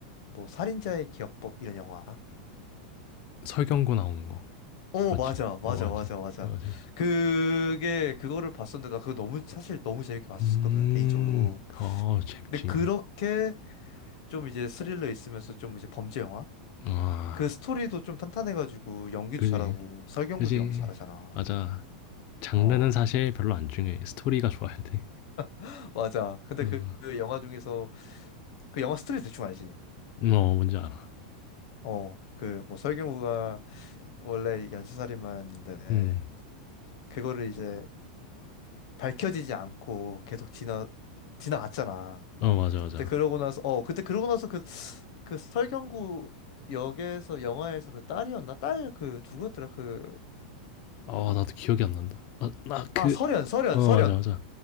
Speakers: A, on the left (about 55°); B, on the left (about 35°).
A: 뭐 살인자의 기억법 이런 영화 알아?
B: 설경구 나오는 거
A: 어,
B: 맞지
A: 맞아, 맞아,
B: 어 맞지
A: 맞아, 맞아.
B: 어 맞지
A: 그게, 그거를 봤었는데, 나 그거 너무, 사실 너무 재밌게 봤었거든,
B: 음어
A: 개인적으로.
B: 재밌지
A: 근데 그렇게 좀 이제 스릴러 있으면서 좀 이제 범죄 영화?
B: 아
A: 그 스토리도 좀 탄탄해가지고, 연기도
B: 그지
A: 잘하고, 설경구도
B: 그지
A: 연기 잘하잖아.
B: 맞아 장르는
A: 어,
B: 사실 별로 안 중요해 스토리가 좋아야 돼
A: <laughs> 맞아. 근데
B: 음.
A: 그, 그 영화 중에서, 그 영화 스토리 대충 알지?
B: 어 뭔지 알아.
A: 어, 그, 뭐, 설경구가 원래 연쇄살인마였는데,
B: 음.
A: 그거를 이제 밝혀지지 않고 계속 지나, 지나갔잖아.
B: 어 맞아, 맞아.
A: 그때 그러고 나서 어 그때 그러고 나서 그 그 설경구 역에서 영화에서 그 딸이었나 딸 그 누구였더라 그아
B: 어 나도 기억이 안 난다. 아 나 그
A: 설현 설현
B: 어
A: 설현
B: 맞아, 맞아.